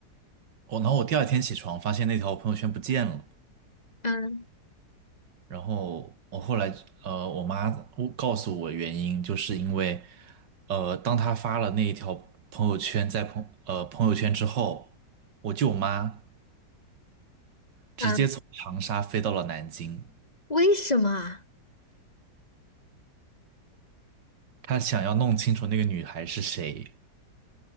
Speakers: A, on the right; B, on the left.
A: 我、然后我第二天起床发现那条朋友圈不见了，
B: 嗯
A: 然后我后来呃我妈我告诉我原因，就是因为呃当他发了那一条朋友圈在朋呃朋友圈之后，我舅妈
B: 嗯，
A: 直接从长沙飞到了南京，
B: 为什么啊？
A: 她想要弄清楚那个女孩是谁。